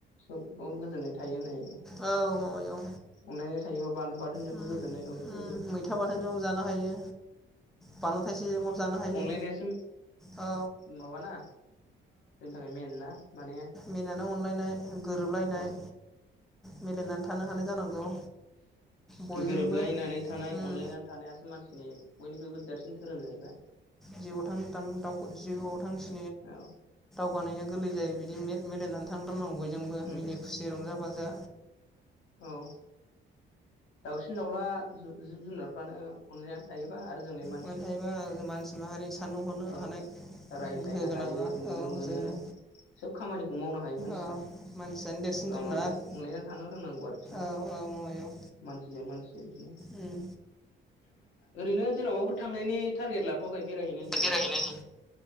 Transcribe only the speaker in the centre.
औ मामायं
उम
उम मैथा बाथोनजोंबाबो
जानो हायो बानलु थाइसेजोंबाबो जानो हायो
औ
मिनानो अनलायनाय गोरोबलायनाय
मिलायनानै थानो हानाय जानांगौ बयजोंबो
उम
जिआव थां थां दउ जिउआव थांसि
जगानाया गोरलै जायो बिदि मिलायनानै थां फोरनाव बयजोंबो
मिनि खुसि रंजा बाजा
म थायोबा मानसि माहारि साननो हरनो
हानाय
गोहो गोनाङा
औ
जोंनो
औ मानसियानो देरसिन
जुनाद
औ औ माबायाव
उम
बेरायहै